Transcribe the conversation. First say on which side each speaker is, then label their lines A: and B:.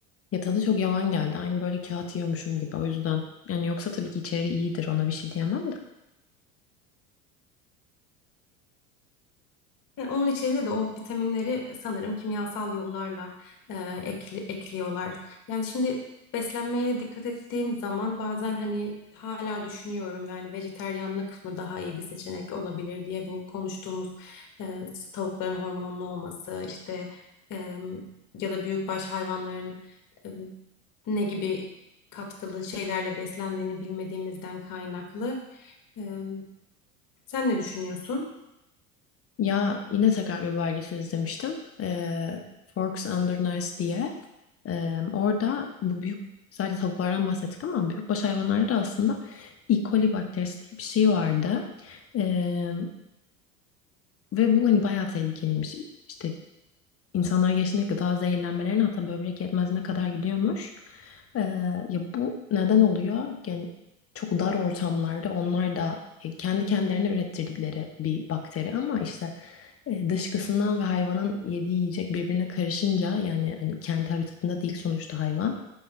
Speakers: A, on the left (about 30°); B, on the left (about 45°).
A: Ya tadı çok yavan geldi. Aynı böyle kağıt yiyormuşum gibi o yüzden. Yani yoksa tabii ki içeri iyidir ona bir şey diyemem de.
B: Yani onun içerine de o vitaminleri sanırım kimyasal yollarla e, ekli- ekliyorlar. Yani şimdi beslenmeye dikkat ettiğim zaman bazen hani hala düşünüyorum yani vejeteryanlık mı daha iyi bir seçenek olabilir diye bu konuştuğumuz e, işte tavukların hormonlu olması işte e, ya da büyükbaş hayvanların e, ne gibi katkılı şeylerle beslendiğini bilmediğimizden kaynaklı. E, sen ne düşünüyorsun?
A: Ya yine tekrar bir belgesel izlemiştim. Ee, Forks Under Nice diye. Ee, orada bu büyük sadece tavuklardan bahsettik ama büyükbaş hayvanlarda da aslında E. coli bakterisi diye bir şey vardı. Ee, ve bu hani bayağı tehlikeliymiş. İşte İnsanlar yaşında gıda zehirlenmelerine hatta böbrek yetmezliğine kadar gidiyormuş. Ee, ya bu neden oluyor? Yani çok dar ortamlarda onlar da e, kendi kendilerine ürettirdikleri bir bakteri ama işte e, dışkısından ve hayvanın yediği yiyecek birbirine karışınca yani hani kendi habitatında değil sonuçta hayvan.